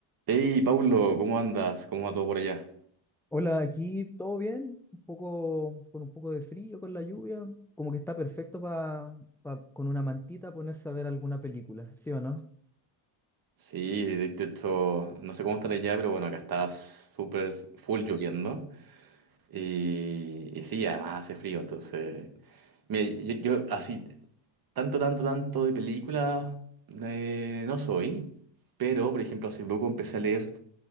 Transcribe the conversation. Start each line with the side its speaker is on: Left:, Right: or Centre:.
Right: Hey, Paulo, ¿cómo andas? ¿Cómo va todo por allá?
Centre: Hola, aquí todo bien, un poco con un poco de frío, con la lluvia, como que está perfecto para con una mantita ponerse a ver alguna película, ¿sí o no?
Right: Sí, de de hecho, no sé cómo estará allá, pero bueno, acá está súper full lloviendo. Y, y sí, además hace frío, entonces. Mira, yo, yo así, tanto, tanto, tanto de películas eh, no soy, pero por ejemplo, hace poco empecé a leer